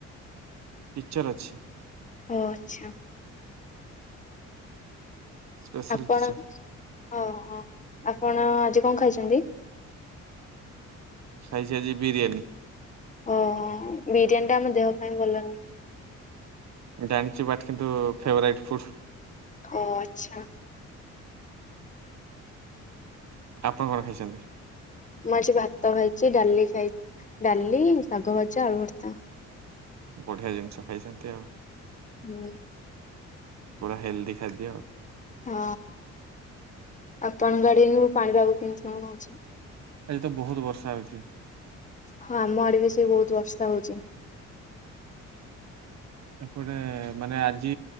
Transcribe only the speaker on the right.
ଟିଚର ଅଛି।
ସ୍ପେଶାଲ
ଟିଚର
ଖାଇଛି ଆଜି ବିରିୟାନୀ।
ଜାଣିଛି ବଟ କିନ୍ତୁ ଫେଭରାଇଟ୍ ଫୁଡ।
ଆପଣ କଣ ଖାଇଛନ୍ତି?
ବଢିଆ ଜିନିଷ ଖାଇଛନ୍ତି ଆଉ।
ପୁରା ହେଲଦି ଖାଦ୍ୟ ଆଉ।
ଆଜି ତ ବହୁତ ବର୍ଷା ହଉଛି।
ଏପଟେ ମାନେ ଆଜି